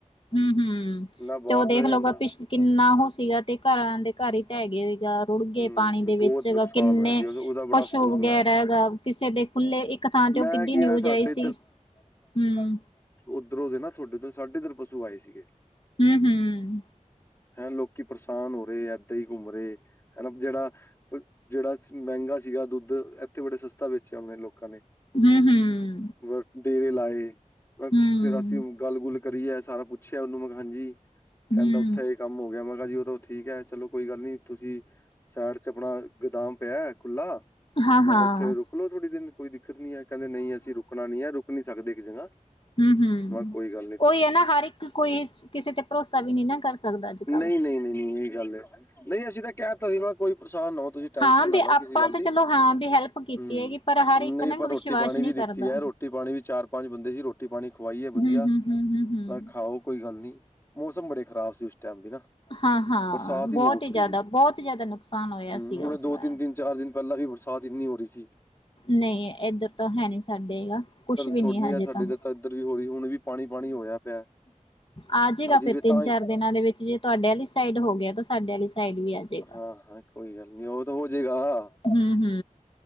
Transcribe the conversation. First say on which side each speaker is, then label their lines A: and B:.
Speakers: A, on the left; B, on the left.
A: -ਹੂੰ -ਹੂੰ
B: ਨਾ
A: ਤੇ
B: ਬਾਹਰ
A: ਔਹ ਦੇਖ
B: ਸੋਇਆ
A: ਲੋਗਾ
B: ਜਾਂਦਾ।
A: ਪਿਛ ਕਿੰਨਾ ਹੋ ਸੀਆਂ ਦੇ ਘਰਾਂ ਦੇ ਘਰ ਹੀ ਢੈ ਗੀਆ। ਰੁੜ ਗਏ
B: ਹੂੰ,
A: ਪਾਨੀ ਦੇ
B: ਬਹੁਤ
A: ਵਿੱਚ
B: ਨੁਕਸਾਨ
A: ਕਿੰਨੇ
B: ਹੋਇਆ ਸੀ ਉਸ- ਉਹਦਾ ਬੜਾ
A: ਪਸ਼ੂ
B: ਅਫਸੋਸ
A: ਵਗੈਰਾ
B: ਮਨਾਇਆ ਸੀ।
A: ਹੈਗਾ ਕਿਸੇ ਦੇ ਖੁੱਲ੍ਹੇ ਇੱਕ ਇੱਕ ਥਾਂ ਤੋ
B: ਮੈਂ
A: ਉਹ ਕਿੱਡੀ
B: ਕੀ
A: ਨਿਊਜ਼
B: ਰਿਹਾ ਸਾਡੇ
A: ਆਈ ਸੀ। ਹੂੰ
B: ਉਧਰੋਂ ਦੀ ਨਾ ਤੁੱਡੇ ਤੋਂ ਸਾਡੇ ਇੱਧਰ ਪਸ਼ੂ ਆਏ ਸੀਗੇ।
A: ਹੂੰ- ਹੂੰ-
B: ਐ ਲੋਕੀ ਪਰੇਸ਼ਾਨ ਹੋ ਰਹੇ ਏਦਾਂ ਹੀ ਘੁੰਮ ਰਹੇ। ਹੈਨਾ ਜਿਹੜਾ, ਜਿਹੜਾ ਮਹਿੰਗਾ ਸੀਗਾ ਦੁੱਧ ਐਥੇ ਬੜੇ ਸਸਤਾ ਵੇਚਿਆ ਹੋਨਾ ਲੋਕਾਂ ਨੇ।
A: ਹੂੰ- ਹੂੰ
B: ਵਤ ਡੇਰੇ ਲਾਏ ਵਤ
A: ਹੂੰ।
B: ਤੇਰਾ ਕਿਉੱ ਗੱਲ, ਗੁੱਲ ਘਰੀਏ ਜਾ ਸਾਰਾ ਪੁੱਛਿਆ, ਉਹਨੂੰ ਮੈਂ ਕਿਹਾ ਹਂਜੀ, ਕੈਂਦਾ
A: ਹੂੰ,
B: ਉੱਥੇ ਇਹ ਕੰਮ ਹੋ ਗਿਆ। ਮੈਂ ਕਿਹਾ ਜੀ ਉਹ ਤਾਂ ਠੀਕ ਐ। ਚਲੋ ਕੋਈ ਗੱਲ ਨੀ। ਤੁਸੀਂ ਸਾਈਡ ਚ ਅਪਨਾ ਗੋਦਾਮ ਪਿਆਐ ਖੁੱਲਾ।
A: ਹਾਂ-ਹਾਂ,
B: ਮੈਂ ਕਾ ਉੱਥੇ ਰੁਕਲੋ ਥੋੜੀ ਦਿਨ ਕੋਈ ਦਿੱਕਤ ਨੀ ਕਹਿੰਦੇ ਨਹੀਂ ਅਸੀਂ ਰੁਕਨਾ ਨੀ ਐ ਰੁਕ ਰੁਕ ਨੀ ਸਕਦੇ ਇੱਕ ਜਗ੍ਹਾ।
A: ਹੂ-ਹੂ
B: ਕਿਹਾ ਕੋਈ ਗੱਲ ਨੀ ਤੁਸੀਂ
A: ਔਹੀ ਹੈ ਨਾ ਹਰ ਇੱਕ ਕੋਈ ਕਿਸੇ ਤੇ ਭਰੋਸਾ ਵੀ ਨਾ ਕਰ ਸਕਦਾ। ਅੱਜਕਲ
B: ਨਹੀਂ ਨਹੀਂ, ਨਹੀਂ-ਨਹੀਂ ਇੰਜਏ ਗੱਲ ਏ ਨਹੀਂ ਅਸੀਂ ਤਾਂ ਕਹਿ ਤਾ ਸੀ। ਨਾ ਕੋਈ ਪਰੇਸ਼ਾਨ ਨਾ ਹੋ, ਤੁਸੀਂ ਟੈਨਸ਼ਨ
A: ਹਾਂ
B: ਨਾ
A: ਵੀ
B: ਲਓ,
A: ਆਪਾਂ
B: ਕਿਸੀ ਗੱਲ
A: ਤਾਂ
B: ਦੀ,
A: ਚਲੋ ਹਾਂ ਵੀ ਹੈਲਪ ਕੀਤੀ
B: ਹੂ
A: ਹੈਗੀ ਪਰ ਹਰ ਇੱਕ
B: ਨਈ
A: ਨਾ
B: ਪਰ
A: ਵਿਸ਼ਵਾਸ
B: ਰੋਟੀ ਪਾਣੀ
A: ਨਹੀਂ
B: ਵੀ
A: ਕਰਦਾ
B: ਦਿੱਤੀ ਆ, ਰੋਟੀ ਪਾਣੀ ਵੀ ਚਾਰ- ਪੰਜ, ਬੰਦੇ ਸੀ ਰੋਟੀ ਰੋਟੀ, ਪਾਣੀ ਖਵਾਈਏ
A: ਹੂੰ-ਹੂੰ-ਹੂੰ-ਹੂੰ-ਹੂੰ
B: ਵਧੀਆ, ਖਾਓ ਕੋਈ ਗੱਲ ਨਈ ਮੌਸਮ ਬੜੇ ਖ਼ਰਾਬ ਸੀ। ਉਸ ਟਾਈਮ ਦੇ ਨਾ
A: ਹਾਂ-ਹਾਂ
B: ਬਰਸਾਤ
A: ਬਹੁਤ
B: ਨੀ ਰੁਕ
A: ਹੀ ਜ਼ਿਆਦਾ-
B: ਰਹੀ ਸੀ।
A: ਬਹੁਤ ਜ਼ਿਆਦਾ ਹੋਇਆ
B: ਹੂੰ,
A: ਸੀਗਾ।
B: ਹੁਣੇ
A: ਉਸ
B: ਦੋ-ਤਿੰਨ
A: ਵਾਰ
B: ਦਿਨ, ਚਾਰ ਦਿਨ ਪਹਿਲਾਂ ਵੀ, ਬਰਸਾਤ ਇੰਨੀ ਹੋ ਰਹੀ ਸੀ।
A: ਨਹੀਂ ਏਧਰ ਤਾਂ ਹੈ ਨੀ ਸਾਡੇ ਨਾ, ਕੁੱਛ ਵੀ
B: ਥੋਡੇ
A: ਨੀ ਹਜੇ
B: ਜਾਂ ਸਾਡੇ
A: ਤਾਂ।
B: ਉੱਧਰ ਵੀ ਹੌਲੀ ਹੁਣ ਵੀ ਪਾਣੀ-ਪਾਣੀ ਹੋਇਆ ਪਿਆ,
A: ਆ ਜਾਏਗਾ
B: ਅਸੀਂ
A: ਫਿਰ
B: ਵੀ
A: ਤਿੰਨ
B: ਤਾਂ
A: ਚਾਰ ਦਿਨਾਂ ਦੇ ਵਿੱਚ ਜੇ, ਤੁਹਾਡੇ ਵਾਲੀ ਸਾਈਡ ਹੋ ਗਿਆ, ਤਾਂ ਸਾਡੇ ਵਾਲੀ ਸਾਈਡ ਵੀ ਆ ਜਾਏਗਾ
B: ਹਾਂ-ਹਾਂ ਕੋਈ ਗੱਲ ਨਈ, ਉਹ ਤਾਂ ਹੋ ਜਾਏਗਾ
A: ਹੂ-ਹੂ